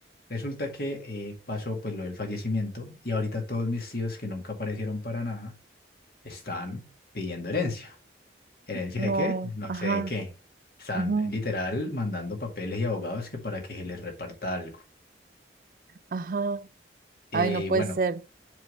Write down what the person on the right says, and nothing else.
no,
ajá,
ujú,
ajá,
Ay, no
puede
ser